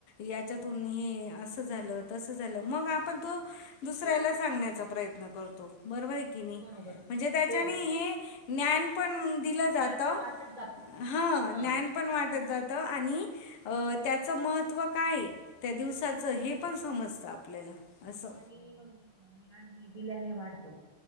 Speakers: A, on the right (about 20°); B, on the left (about 80°).
A: हम्म
B: याच्यातून हे असं झालं. तसं झालं मग आपण तो.. दुसऱ्याला सांगण्याचा प्रयत्न करतो बरोबर की नाही
A: बरोबर.
B: म्हणजे त्याच्याने
A: हो हो
B: हे ज्ञान पण. दिला जातो
A: ज्ञान हे वाटत जात
B: हा
A: ह
B: ज्ञान. पण वाट जात आणि त्याच महत्व काय त्या दिवसात. छ हे
A: हो
B: पण समजतं आपल्याला असं.
A: कि म्हणतात ना.. ज्ञान हे दिल्याने वाढतं.